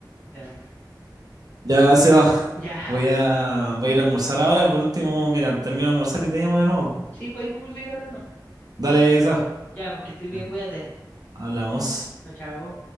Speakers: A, on the left; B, on the right.
A: <laughs> Eh,
B: Ya se va.
A: Ya,
B: Voy a, voy a ir a almorzar ahora. Por último, mira, termino de almorzar y te llamo de nuevo.
A: sí, pues ahí podemos seguir hablando.
B: Dale, Seba.
A: Ya, pues que estés bien,
B: Vale,
A: cuídate.
B: hablamos.
A: Chao, chao.